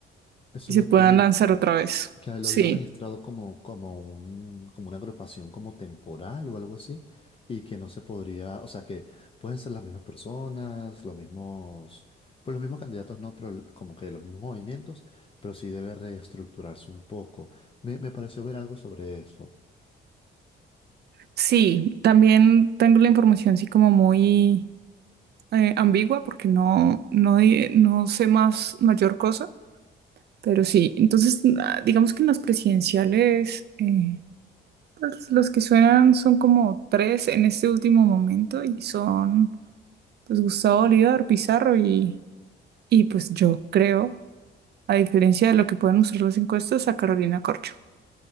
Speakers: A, on the left; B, on the right.
A: Eso
B: y
A: es
B: se
A: lo
B: puedan
A: que he visto.
B: lanzar otra vez.
A: que lo
B: Sí,
A: habían registrado como, como un, como una agrupación como temporal o algo así, y que no se podría, o sea que pueden ser las mismas personas, los mismos, pues los mismos candidatos no, pero l- como que los mismos movimientos, pero sí debe reestructurarse un poco. Me, me pareció ver algo sobre eso.
B: sí, también tengo la información así como muy eh, ambigua porque no, no, di- no sé más mayor cosa, pero sí, entonces na- digamos que en las presidenciales eh, pues, los que suenan son como tres en este último momento y son pues Gustavo Bolívar, Pizarro y, y pues yo creo, a diferencia de lo que pueden mostrar las encuestas, a Carolina Corcho.